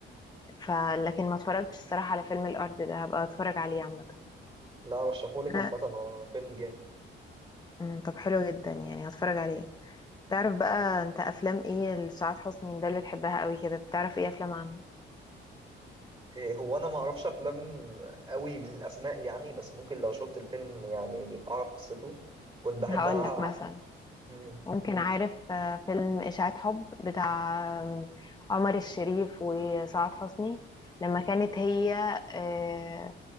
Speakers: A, on the left; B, on the right.
A: ف لكن ما اتفرجتش الصراحة على فيلم الأرض ده هبقى اتفرج عليه عامة
B: لا ارشحهولك
A: ها،
B: عامه هو فيلم جامد
A: مم، طب حلو جدا يعني هتفرج عليه تعرف بقى انت افلام ايه لسعاد حسني ده اللي بتحبها قوي كده بتعرف ايه افلام عنها
B: إيه، هو انا ما اعرفش افلام قوي بالاسماء يعني بس ممكن لو شفت الفيلم يعني اعرف قصته كنت بحبها
A: هقول لك مثلا
B: مم.
A: ممكن عارف آه، فيلم إشاعة حب بتاع آم، عمر الشريف وسعاد حسني لما كانت هي آه،